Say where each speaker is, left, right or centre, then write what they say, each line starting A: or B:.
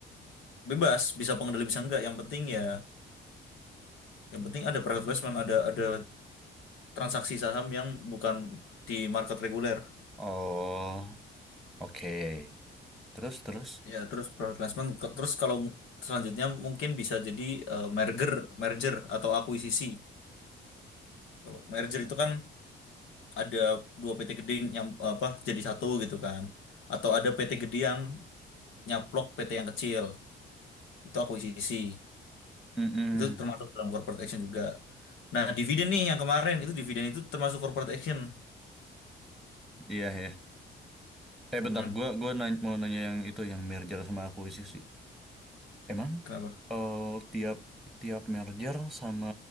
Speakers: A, on the left; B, in the centre.
A: bebas bisa pengendali bisa enggak yang penting ya yang penting ada private placement ada ada transaksi saham yang bukan di market reguler
B: Oh, oke. Terus terus.
A: ya terus private placement ke- terus kalau selanjutnya mungkin bisa jadi eh, merger merger atau akuisisi kalau merger itu kan ada dua PT gede yang apa jadi satu gitu kan atau ada PT gede yang nyaplok PT yang kecil itu akuisisi
B: Mm-mm.
A: itu termasuk dalam corporate action juga nah dividen nih yang kemarin itu dividen itu termasuk corporate action
B: Iya ya. Eh
A: Mm-mm.
B: bentar, gua gua nanya, mau nanya yang itu yang merger sama akuisisi. Emang
A: Kenapa
B: eh tiap tiap merger sama